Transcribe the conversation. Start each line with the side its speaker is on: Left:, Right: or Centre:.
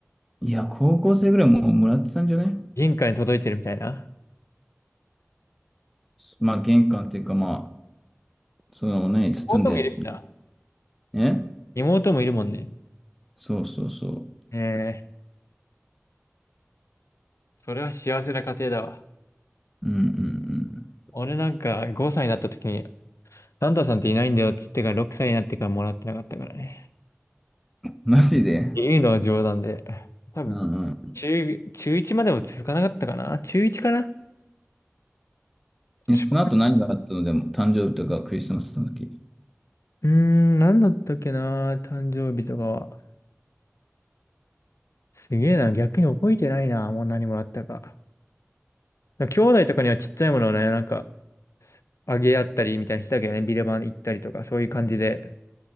Centre: いや、高校生ぐらいもうもらってたんじゃね
Left: 銀貨に届いてるみたいな。
Centre: まあ、玄関っていうか、まあ、その、何、包んで、
Left: 妹もいるしな。
Centre: ね
Left: 妹もいるもんね。
Centre: そうそうそう。
Left: ええそれは幸せな家庭だわ。
Centre: うんうんうん。
Left: 俺なんか5歳になった時にサンタさんっていないんだよっつってから6歳になってからもらってなかったからね。
Centre: マジで
Left: っていうのは冗談で。多分、
Centre: うんうん。
Left: 中、中1までも続かなかったかな中1かな
Centre: え、
Left: ちょ
Centre: その後何があったのでも、誕生日とかクリスマスの時。
Left: うーん、何だったっけな誕生日とかは。すげえな、逆に覚えてないな、もう何もらったか。兄弟とかにはちっちゃいものをね、なんか、あげ合ったりみたいにしてたけどね、ビレバン行ったりとか、そういう感じで。